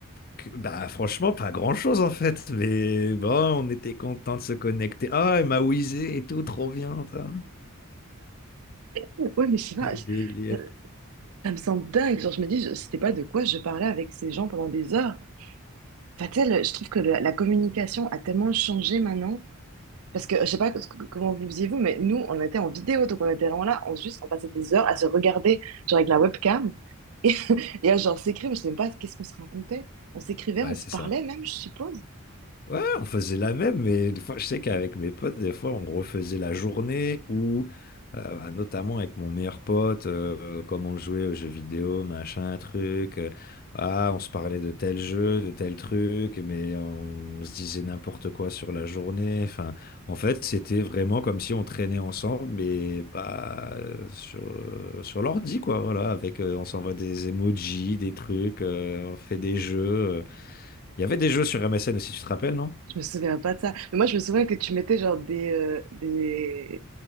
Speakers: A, on the left (about 40°); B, on the right (about 85°).
A: Que- Bah franchement, pas grand-chose en fait. Mais bon, on était content de se connecter. Ah, elle m'a whizzé et tout, trop bien. tain.
B: Ouais, mais je sais pas.
A: Quel
B: je-
A: délire.
B: Ça, ça me semble dingue. Genre, je me dis, je c'était pas de quoi je parlais avec ces gens pendant des heures. Enfin, tu sais, le- je trouve que le- la communication a tellement changé maintenant. Parce que je sais pas c- c- comment vous faisiez vous, mais nous, on était en vidéo, donc on était vraiment là, on juste, on passait des heures à se regarder, genre avec la webcam, et, <laughs> et à genre s'écrire, mais je sais même pas qu'est-ce qu'on se racontait. On s'écrivait,
A: Ouais,
B: on se
A: c'est
B: parlait
A: ça.
B: même, je suppose.
A: Ouais, on faisait la même, mais des fois, je sais qu'avec mes potes, des fois, on refaisait la journée ou euh, bah, notamment avec mon meilleur pote, euh, comme on jouait aux jeux vidéo, machin, truc. euh, ah, on se parlait de tel jeu, de tel truc, mais on, se disait n'importe quoi sur la journée. Enfin, en fait, c'était vraiment comme si on traînait ensemble, mais pas euh, sur, euh, sur l'ordi, quoi. Voilà, avec, euh, on s'envoie des emojis, des trucs, euh, on fait des jeux. euh. Il y avait des jeux sur MSN aussi, tu te rappelles, non?
B: Je me souviens pas de ça. Mais moi, je me souviens que tu mettais genre des, euh, des...